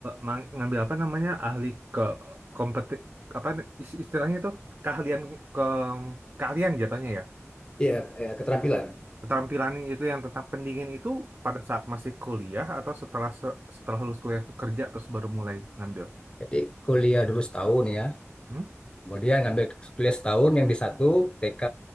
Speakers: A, on the right; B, on the left.
A: mang- ngambil apa namanya ahli ke kompeti apa is- istilahnya itu keahlian ke keahlian jatuhnya ya?
B: Iya, eh, keterampilan.
A: Keterampilan itu yang tentang pendingin itu pada saat masih kuliah atau setelah se- setelah lulus kuliah kerja terus baru mulai ngambil?
B: Jadi kuliah dulu setahun ya.
A: Hmm?
B: Kemudian ngambil kuliah setahun yang di satu TK,